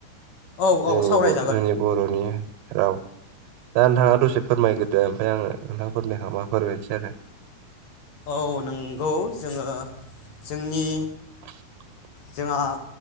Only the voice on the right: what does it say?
जोंनि
बर'नि ओउ दा नोंथाङा दसे फोरमायग्रोदो ओमफ्राय आङो नोंथांफोरनो हाबाफोर होनोसै आरो
<inaudible>